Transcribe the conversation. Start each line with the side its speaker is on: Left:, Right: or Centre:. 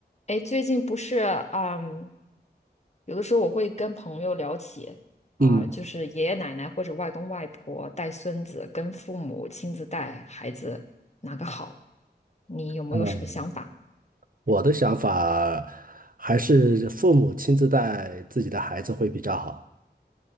Left: 哎，最近不是，嗯，有的时候我会跟朋友聊起啊，
Right: 嗯
Left: 就是爷爷奶奶或者外公外婆带孙子，跟父母亲自带孩子，哪个好？你有没有什么想法？
Right: 嗯，我的想法还是父母亲自带自己的孩子会比较好。